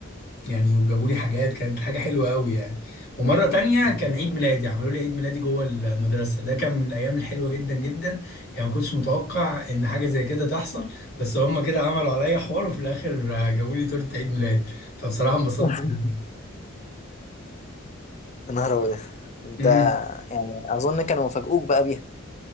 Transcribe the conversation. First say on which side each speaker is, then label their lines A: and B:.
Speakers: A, on the left; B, on the left.
A: يعني وجابوا لي حاجات كانت حاجة حلوة قوي يعني ومرة تانية
B: كان-
A: كان عيد ميلادي عملوا لي عيد ميلادي جوه المدرسة ده كان من الأيام الحلوة جدا جدا يعني ما كنتش متوقع إن حاجة زي كده تحصل بس هما كده عملوا عليا حوار وفي الآخر آه، جابوا لي تورتة عيد ميلاد فبصراحة انبسطت
B: <laughs>
A: جدا
B: يا نهار أبيض أنت
A: مم.
B: يعني أظن كانوا مفاجئوك بقى بيها